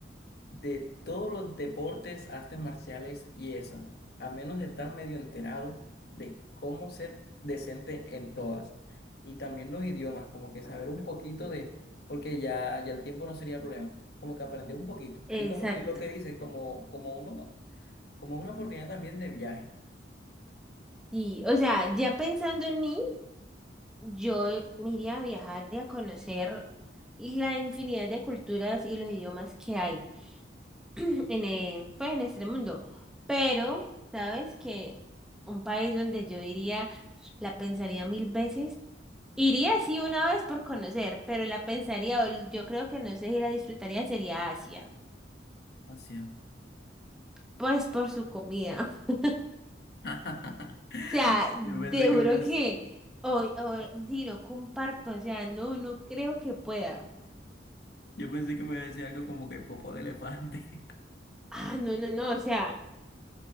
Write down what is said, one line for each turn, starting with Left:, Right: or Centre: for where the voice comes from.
Left: de todos los deportes, artes marciales y eso, a menos de estar medio enterado de cómo ser decente en todas. Y también los idiomas, como que saber un poquito de, porque ya, ya el tiempo no sería problema, como que aprender un poquito.
Centre: exacto.
Left: Y como, y lo que dice, como, como uno, como una oportunidad también de viaje.
Centre: Y, o sea, ya pensando en mí, yo me iría a viajar y a conocer la infinidad de culturas y los idiomas que hay. <clears throat> en, eh, pues, en este mundo. Pero, ¿sabes que Un país donde yo iría, la pensaría mil veces. Iría sí una vez por conocer, pero la pensaría, o l- yo creo que no sé si la disfrutaría, sería Asia.
Left: Gracias.
Centre: Pues por su comida. <laughs>
Left: <laughs>
Centre: O sea,
Left: Yo pensé
Centre: te juro
Left: que me, ibas-
Centre: que hoy, o si no comparto, o sea, no, no creo que pueda.
Left: yo pensé que me iba a decir algo como que popo de elefante.
Centre: Ah, no, no, no, o sea.